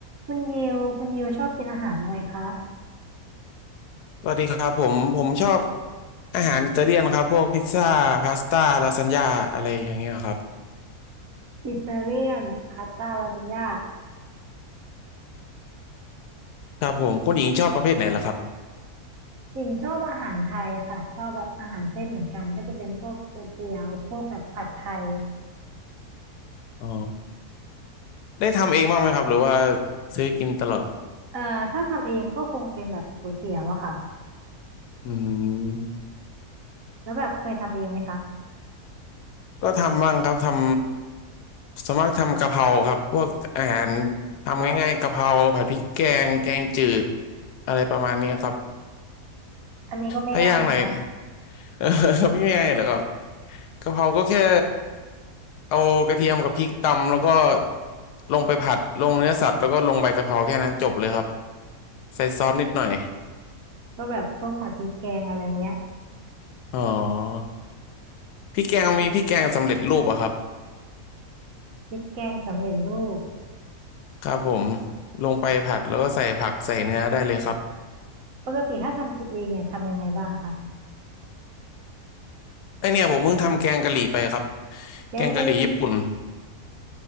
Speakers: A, on the right; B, on the left.
A: คุณยิวคุณยิวชอบกินอาหารอะไรคะ
B: สวัสดีครับผมผมชอบอาหารอิตาเลียนครับพวกพิซซ่าพาสต้าลาซานญ่าอะไรอย่างเงี้ยครับ
A: อิตาเลียนพาสต้าลาซานญ่า
B: ครับผมคุณหญิงชอบประเภทไหนล่ะครับ
A: หญิงชอบอาหารไทยค่ะชอบแบบอาหารเส้นเหมือนกัน ก็จะเป็นพวกก๋วยเตี๋ยวพวกแบบผัดไทย
B: อ๋อได้ทำเองบ้างไหมครับหรือว่าซื้อกินตลอด
A: เอ่อถ้าทำเองก็คงเป็นแบบก๋วยเตี๋ยวอะค่ะ
B: อืม
A: แล้วแบบเคยทำเองไหมคะ
B: ก็ทำบ้างครับทำสวนมากทำกะเพราครับพวกอาหารทำง่ายๆกะเพราผัดพริกแกงแกงจืดอะไรประมาณนี้ครับ
A: อันนี้ก็ไม่ง่ายนะคะ
B: ถ้ายากหน่อย <laughs> ไม่ง่ายเหรอครับ กะเพราก็แค่เอากระเทียมกับพริกตำแล้วก็ลงไปผัดลงเนื้อสัตว์แล้วก็ลงใบกะเพราแค่นั้นจบเลยครับใส่ซอสนิดหน่อย
A: ก็แบบพวกผัดพริกแกงอะไรเงี้ย
B: อ๋อพริกแกงมีพริกแกงสำเร็จรูปอะครับ
A: พริกแกงสำเร็จรูป
B: ครับผมลงไปผัดแล้วก็ใส่ผักใส่เนื้อได้เลยครับ
A: ปกติถ้าทำกินเองเนี่ยทำยังไงบ้างคะ
B: ไอเนี่ยผมเพิ่งทำแกงกะหรี่ไปครับ
A: แกงกะหรี่
B: แกงกะหรี่ญี่ปุ่น